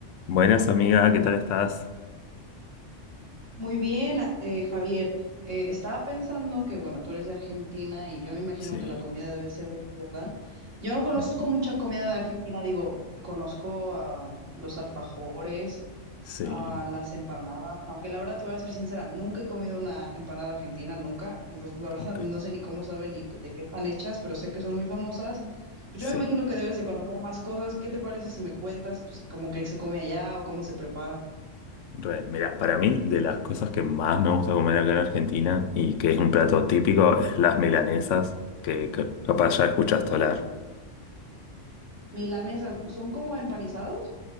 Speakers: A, on the left; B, on the right.
A: Buenas, amiga, ¿qué tal estás?
B: Muy bien, a- eh, Javier. Eh, estaba pensando que, bueno, tú eres de Argentina y yo me imagino
A: Sí,
B: que la comida debe ser deliciosa. Yo no conozco
A: ujú,
B: mucha comida de Argentina, digo, conozco a los alfajores,
A: sí,
B: a las empanadas, aunque la verdad te voy a ser sincera, nunca he comido una empanada argentina, nunca. Entonces, la verdad,
A: ok,
B: no sé ni cómo saben ni de qué están hechas, pero sé que son muy famosas. Pues
A: sí.
B: yo me imagino que debes de conocer más cosas. ¿Qué te parece si me cuentas, pues, cómo que se come allá o cómo se prepara?
A: Real. Mira, para mí, de las cosas que más me gusta comer acá en Argentina y que es un plato típico, es las milanesas, que, que capaz ya escuchaste hablar.
B: Milanesas, ¿son como empanizados?